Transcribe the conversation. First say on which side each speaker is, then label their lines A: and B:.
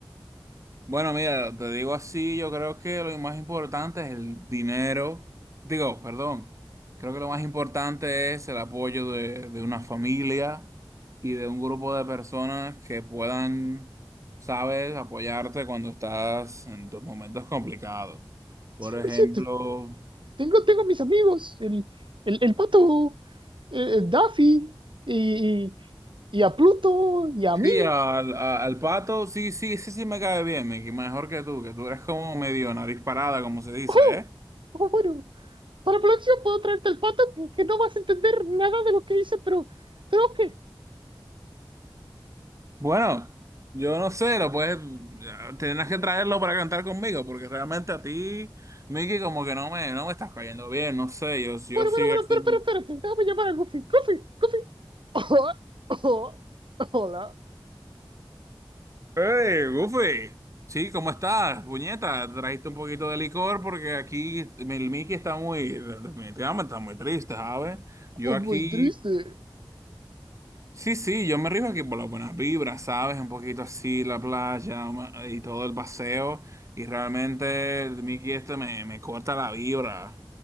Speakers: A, on the right; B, on the right.
A: Bueno, mira, te digo así, yo creo que lo más importante es el dinero. Digo, perdón, creo que lo más importante es el apoyo de, de una familia y de un grupo de personas que puedan, sabes, apoyarte cuando estás en tus momentos complicados. Por
B: cien
A: ejemplo,
B: por ciento Tengo, tengo mis amigos, el, el, el pato, el, el Daffy, y, y a Pluto, y a
A: sí,
B: mí.
A: al, a- al pato, sí, sí, sí, sí me cae bien, Mickey, mejor que tú, que tú eres como medio nariz parada, como se dice,
B: ¡Oh!
A: ¿eh?
B: oh, bueno, para la próxima puedo traerte el pato que, que no vas a entender nada de lo que hice, pero, pero ok.
A: Bueno, yo no sé, lo puedes, tendrás que traerlo para cantar conmigo, porque realmente a ti, Mickey, como que no me, no me estás cayendo bien, no sé, yo, yo
B: Bueno,
A: sigo
B: bueno, bueno,
A: aquí.
B: pero, pero espérate, déjame llamar a Goofy. Goofy, Goofy. <laughs> Hola,
A: ¡Hey, Goofy! Sí, ¿cómo estás, puñeta? Trajiste un poquito de licor porque aquí el Mickey está muy, definitivamente está muy triste, ¿sabes? Yo
B: oh,
A: aquí,
B: muy triste.
A: sí, sí, yo me río aquí por las buenas vibras, ¿sabes? Un poquito así, la playa ma- y todo el paseo, y realmente el Mickey este me, me corta la vibra.